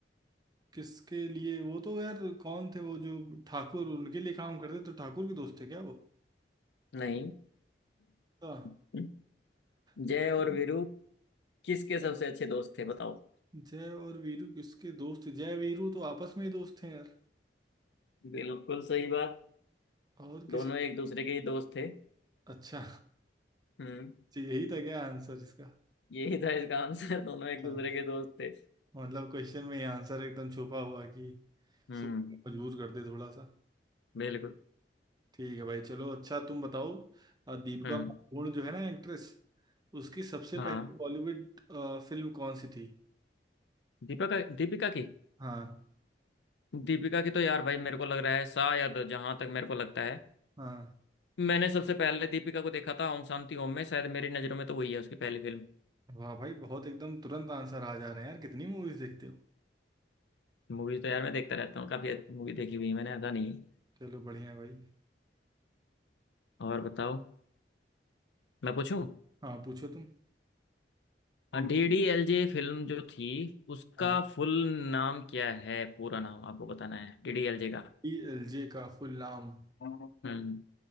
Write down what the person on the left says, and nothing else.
नहीं
<laughs>
जय
और वीरू किसके सबसे
अच्छे दोस्त थे बताओ
बिल्कुल सही बात
दोनों एक दूसरे के ही दोस्त थे
हम्म
यही था इसका आंसर <laughs> दोनों एक
दूसरे के दोस्त थे
हम्म
बिल्कुल
हम्म
हाँ
दीपिका दीपिका की
दीपिका की तो यार भाई मेरे को लग रहा है शायद जहां तक मेरे को लगता है
मैंने सबसे पहले दीपिका को देखा था ओम शांति ओम में शायद मेरी नजरों में तो वही है उसकी पहली फिल्म
मूवी तो यार मैं देखता रहता हूँ काफी मूवी देखी हुई है मैंने ऐसा नहीं है
और बताओ मैं पूछूं
हम्म, डी डी एल जे फिल्म जो थी उसका
फुल नाम क्या है पूरा नाम आपको बताना है डी डी एल जे का
हम्म, हम्म